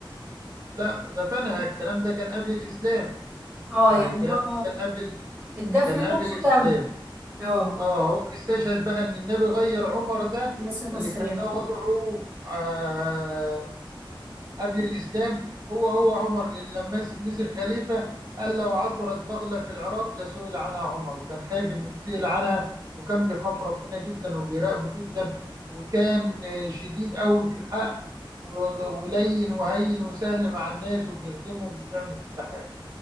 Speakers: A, on the right; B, on the right.
A: لا دفنها الكلام ده كان قبل الاسلام
B: اه
A: يعني
B: يعني
A: الكلام
B: هو
A: ده كان قبل
B: الدفن
A: كان
B: نفسه
A: قبل الاسلام
B: تم اه
A: اه هو بيستشهد بقى ان النبي غير عمر ده
B: عليه الصلاة
A: اللي
B: والسلام
A: كان ده وضعه آه قبل الاسلام هو هو عمر اللي لما مسك مسك خليفه قال لو عثرت بغله في العراق لسئل عنها عمر وكان خايف انه يتسئل عنها وكان بيخاف ربنا جدا وبيراقبه جدا وكان آه، شديد قوي في الحق و- ولين وهين وسهل مع الناس وبيخدمهم وبيعمل كل حاجه